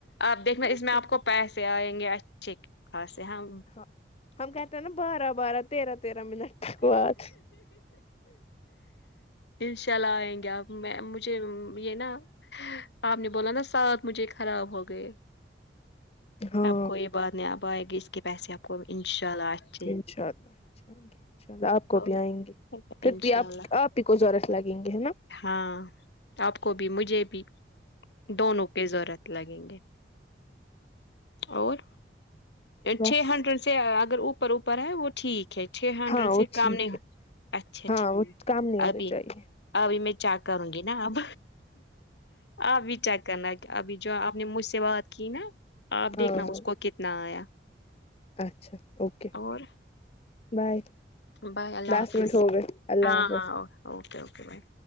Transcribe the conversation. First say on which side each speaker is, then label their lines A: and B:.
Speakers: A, on the left (about 70°); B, on the left (about 35°).
A: آپ دیکھنا
B: سچ
A: اس میں آپ کو پیسے آئیں گے اچھے خاصے ہاں
B: ہاں ہم کہتے ہیں نا بارہ بارہ تیرہ تیرہ منٹ بعد
A: انشاء اللہ آئیں گے آپ میں مجھے یہ نا آپ نے بولا نا ساتھ مجھے خراب ہو گئے
B: ہاں
A: آپ کو یہ بات نہیں اب آئے گی اس کے پیسے آپ کو انشاء اللہ اچھے
B: ان شاء اللہ ان شاء اللہ آپ کو
A: اور
B: بھی آئیں گے پھر
A: انشاء
B: بھی آپ
A: اللہ
B: آپ ہی کو ورت لگیں گے ہے نا
A: ہاں آپ کو بھی مجھے بھی دونوں ضرورت لگیں گے اور
B: بس
A: چھ ہنڈریڈ سے اگر اوپر اوپر ہے وہ ٹھیک ہے چھ ہنڈریڈ
B: ہاں
A: سے
B: وہ
A: کام
B: ٹھیک
A: نہیں ہو
B: ہے
A: اچھا
B: ہاں
A: ٹھیک
B: وہ کام نہیں ہونے
A: ابھی
B: چاہیے
A: ابھی میں چاک کروں گی نا اب اب بھی چیک کرنا کہ ابھی جو آپ نے مجھ سے بات کی نا آپ دیکھنا
B: ہاں
A: اس
B: ہاں
A: کو کتنا آیا
B: اچھا اوکے
A: اور
B: بائے
A: بائے اللہ
B: دس
A: حافظ
B: منٹ ہو گئے اللہ
A: ہاں
B: حافظ
A: ہاں اوکے اوکے بائےا